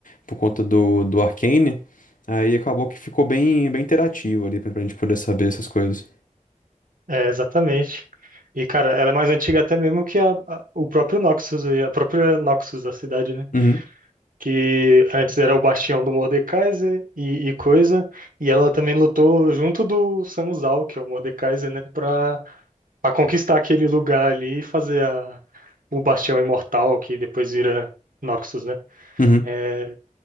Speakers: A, on the left; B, on the right.
A: por conta do, do Arcane. Aí acabou que ficou bem, bem interativo ali pra pra gente poder saber essas coisas.
B: É, exatamente. E, cara, ela é mais antiga até mesmo que a, a- o próprio Noxus, e a própria Noxus, da cidade, né?
A: Uhum,
B: Que antes era o bastião do Mordekaiser e, e coisa, e ela também lutou junto do Sanzal, que é o Mordekaiser, né? Pra Pra conquistar aquele lugar ali e fazer a, o Bastião Imortal, que depois vira Noxus, né?
A: uhum,
B: É,